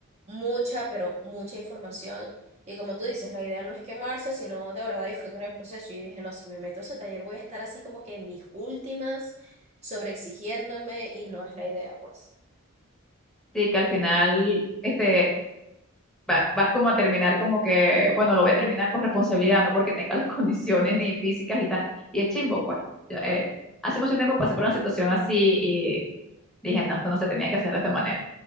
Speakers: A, on the right; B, in the centre.
A: mucha, pero mucha información. Y como tú dices, la idea no es quemarse, sino de verdad disfrutar el proceso. Y dije, no, si me meto a ese taller voy a estar así como que en mis últimas, sobreexigiéndome, y no es la idea, pues.
B: Sí, que al final, este, va- vas como a terminar como que, bueno, lo voy a terminar por responsabilidad, no porque tenga las <laughs> condiciones ni físicas y tal. Y es chimbo, pues. Yo, eh, hace mucho tiempo pasé por una situación así y dije, no, esto no se tenía que hacer de esta manera.